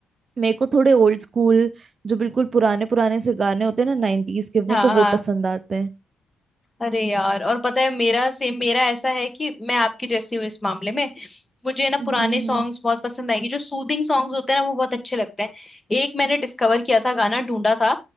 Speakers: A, on the right; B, on the left.
A: मेरे को थोड़े ओल्ड स्कूल जो बिल्कुल पुराने पुराने से गाने होते हैं ना नाइनटीज के मेरे
B: हाँ
A: को वो
B: हाँ
A: पसंद आते हैं
B: अरे यार और पता है मेरा सेम मेरा ऐसा है कि मैं आपकी जैसी हूँ इस मामले में मुझे ना
A: हम्म
B: पुराने सॉन्ग्स
A: हम्म
B: बहुत पसंद आएंगे जो सूदिंग सॉन्ग्स होते हैं ना वो बहुत अच्छे लगते हैं एक मैंने डिस्कवर किया था गाना ढूंढा था